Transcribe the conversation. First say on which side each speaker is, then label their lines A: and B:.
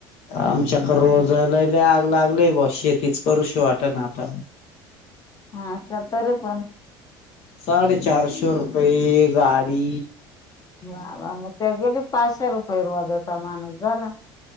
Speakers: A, on the left; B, on the left.
A: आमच्याकडे रोजाले लय आग लागली बॉ शेतीच करू शी वाट ना आता.
B: हा का तरी पण
A: साडे चारशे रुपये गाडी
B: वा वा मग त्या गेले पाचशे रुपये रोजाचा माणूस झाला.